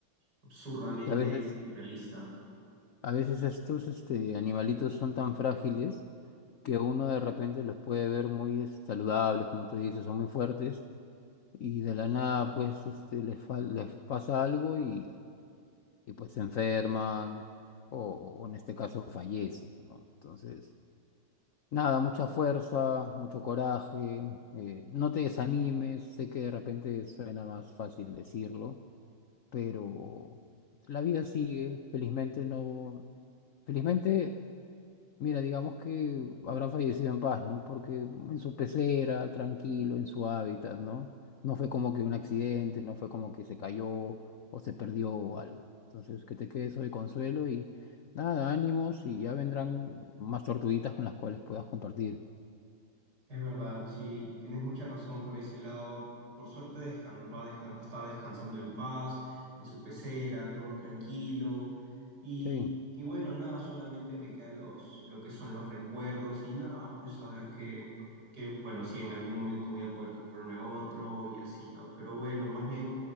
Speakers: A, on the right; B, on the left.
A: Absurdamente
B: Que a veces,
A: irrealista.
B: a veces estos, este, animalitos son tan frágiles que uno de repente los puede ver muy saludables, como tú dices, son muy fuertes, y de la nada pues este, les, fal- les pasa algo y, y, pues se enferman o, o en este caso fallecen, ¿no? Entonces, nada, mucha fuerza, mucho coraje, eh, no te desanimes, sé que de repente suena más fácil decirlo, pero la vida sigue, felizmente no, felizmente... Mira, digamos que habrá fallecido en paz, ¿no? Porque en su pecera, tranquilo, en su hábitat, ¿no? No fue como que un accidente, no fue como que se cayó o se perdió o algo. Entonces, que te quede eso de consuelo y nada, ánimos y ya vendrán más tortuguitas con las cuales puedas compartir.
A: Es verdad, sí, tienes mucha razón por ese lado. Por suerte descan- va descan- está descansando en paz, en su pecera, todo tranquilo. Y,
B: Sí.
A: y bueno, nada, solamente me queda los, lo que son los recuerdos y nada, pues a ver que, que, bueno, si en algún momento voy a poder comprarme otro y así, ¿no? Pero bueno, más bien,